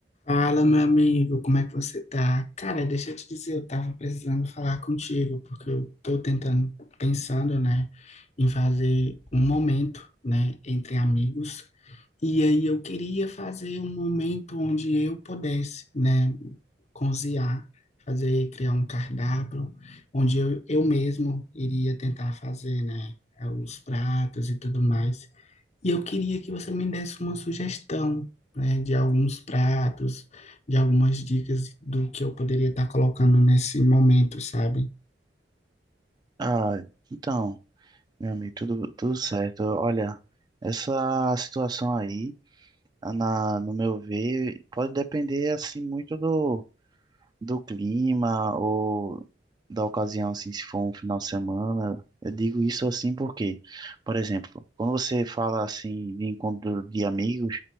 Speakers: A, on the left; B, on the right.
A: Fala, meu amigo, como é que você tá? Cara, deixa eu te dizer, eu tava precisando falar contigo, porque eu tô tentando, pensando, né, em fazer um momento, né, entre amigos, e aí eu queria fazer um momento onde eu pudesse, né, cozinhar, fazer, criar um cardápio, onde eu, eu mesmo iria tentar fazer, né, os pratos e tudo mais. E eu queria que você me desse uma sugestão, né, de alguns pratos, de algumas dicas do que eu poderia estar colocando nesse momento, sabe?
B: Ah, então, meu amigo, tudo, tudo certo. Olha, essa situação aí, ah, na, no meu ver, pode depender assim muito do, do clima ou da ocasião, assim, se for um final de semana. Eu digo isso assim porque, por exemplo, quando você fala assim de encontro de amigos,